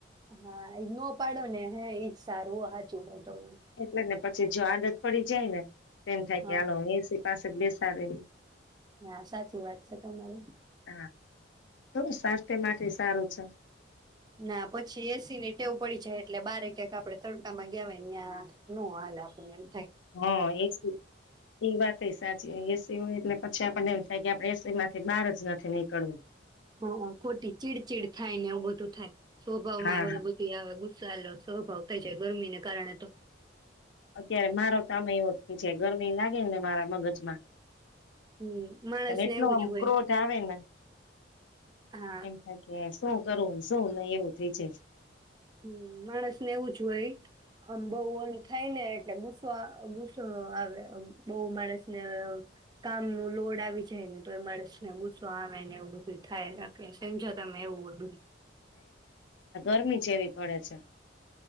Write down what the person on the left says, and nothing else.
એટલે ને પછી જો આદત પડી જાય ને. એમ થાય
કે આલો એસી પાસે જ બેસાવે
હા. તો સ્વાસ્થ્ય માટે સારું છે.
હા એ એ વાતય સાચી. હોય એટલે પછી આપણને એમ થાય કે આપડે એસી માંથી બહાર જ નથી નીકળવું.
હા
હા
અત્યારે મારો તોમે એવો ગરમી લાગે ને મારા મગજ.
એટલો
આમ
ક્રોધ આવે ને.
એની થકે. શું કરવું શું, નહી એવું થઇ છે.
ક ગરમી. જેવી પડે છે.